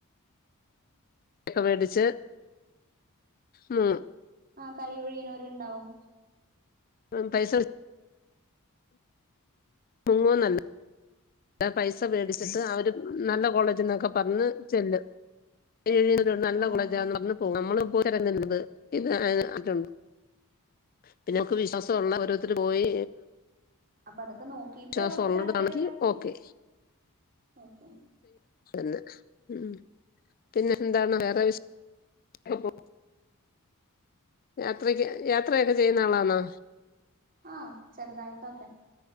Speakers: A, on the left; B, on the right.
A: ഒക്കെ മേടിച്ച് മൂ.
B: കയ്യ്ഴിയനരുണ്ടാവും.
A: പൈസ മുങ്ങോ നല്ല പൈസ മേടിച്ചിട്ട് അവര് നല്ല കോളേജ്ന്നൊക്കെ പറഞ്ഞ് ചെല്ലു.. എഴുന്നണ്ട് നല്ല
B: ആഹ്
A: കോളേജാ പറു പോകും നമ്മള പോയിരങ്ങത് ഇത് അറ്റുണ്ട് പിന്നെമക്ക് വിശ്വാസള്ള ഓരോരുത്തർ പോയി.
B: അപ്പൊ അതൊക്കെ നോക്കീട്ട്
A: വിശ്വാസം
B: അവൾക്ക്
A: ഉള്ളതാണെങ്കി
B: താല്പര്യള്ളണ്ട്
A: ഓക്കെ
B: നോക
A: ന്നെ ഉ പിന്നെ എന്താണ് വേറെ വിശേഷം യാത്രക്ക് യാത്രയൊക്കെ ചെയ്യുന്ന ആളാണോ?
B: ആഹ ചെറുതായിട്ടൊക്കെ.